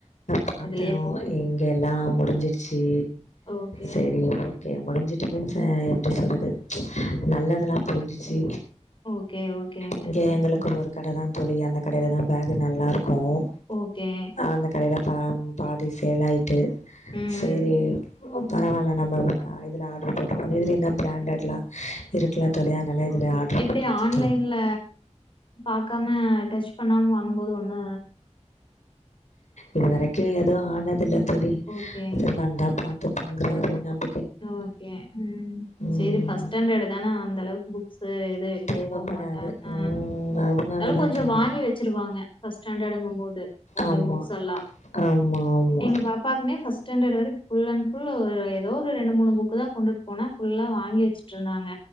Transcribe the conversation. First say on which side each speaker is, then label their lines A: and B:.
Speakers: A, on the left; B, on the left.
A: பார்த்தே
B: இதுலயே போ
A: இங்க எல்லாம் முடிஞ்ருச்சு
B: ஓகே
A: சரி ஓகே முடிஞ்சட்டு <unintelligible> எ எப்படி சொல்றது நல்லதல்லா போயிடுச்சு
B: ஓகே ஓகேங்க
A: இங்க
B: ம்
A: எங்களுக்கு ஒரு கடைதா தோழி அந்த கடையிலதா பேக் நல்லாயிருக் கும்
B: ஓகே
A: அந்த கடையில பாம் பாதி சேலாயிட்டு
B: ம்
A: சேரி பரவாயில்ல நம்ம இதுல ஆர்டர் போட்டுருக மீதி எல்லாம் பிராண்டட்லா இருக்குல தோழி அதுனால இதுல
B: ஓகே.
A: ஆர்ட்ரு
B: எப்படி
A: போட்டச்சு
B: ஆன்லைன்ல
A: தோ
B: பாக்காம டச் பண்ணாம வாங்கும்போது ஒண்ணு
A: இது வரைக்கும் எதுவும் ஆனதில்ல தோழி
B: ஓகே,
A: சரி வந்தா பார்ப்போம் போங்கிறவரை நம்
B: ஓகே உம்
A: ம்
B: சரி ஃபர்ஸ்ட் ஸ்டாண்டர்டு தானே அந்த அளவுக்கு புக்ஸ் எதுவும் எடுத்துட்டு
A: தேவப்படாது
B: போக மாட்டான் ஹ
A: ம் அதனால
B: அத
A: தா
B: கொஞ்சொ
A: தோழி
B: வாங்கி வச்சிருவாங்க ஃபர்ஸ்ஸாண்டங்க போது கொஞ்சம்
A: ஆமா
B: புக்ஸ்லாம்
A: ஆமா ஆமா
B: எங்க பாப்பாக்குனே பஸ்ட் ஃபர்ஸ்ட்ஸ்டேண்டர் வரை ஃபுல் அண்ட்ஃபுல் ஒரு ஏதோ ரெண்டு மூணு புக்கு தான் கொண்டுட்டு போன ஃபுல்லா வாங்கி வச்சுட்டு இருந்தாங்க